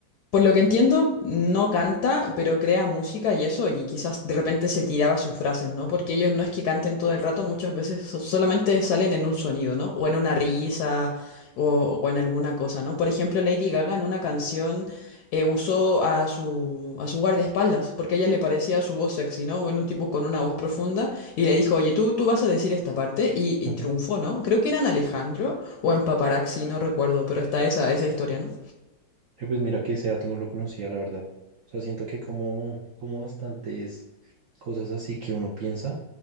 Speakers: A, on the left (about 70°); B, on the right (about 70°).
A: Por lo que entiendo, no canta, pero crea música y eso, y quizás de repente se tiraba sus frases, ¿no? Porque ellos no es que canten todo el rato, muchas veces so- solamente salen en un sonido, ¿no? O en una risa, o, o en alguna cosa, ¿no? Por ejemplo, Lady Gaga en una canción eh, usó a su, a su guardaespaldas, porque a ella le parecía su voz sexy, ¿no? En un tipo con una voz profunda, y le dijo, oye, tú, tú vas a decir esta parte, y,
B: <laughs>
A: y triunfó, ¿no? Creo que era en Alejandro o en Paparazzi, no recuerdo, pero está esa, esa historia, ¿no?
B: Eh, Pues mira que ese dato no lo conocía, la verdad. O sea, siento que como, como bastantes cosas así que uno piensa